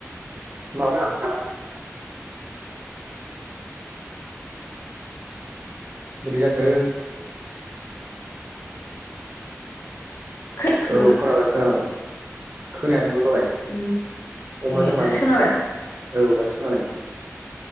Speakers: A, on the right (about 45°); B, on the left (about 55°).
A: माबा नाङासै नामा‌? बोरै जाखो?
B: खोनाखो
A: औ खोनाबाय खोनाबाय खोनायाखै खैमोन दहाय
B: उम
A: अमाजों
B: ए दासो
A: माजों
B: खोनाबाय
A: औ दासो खोनादों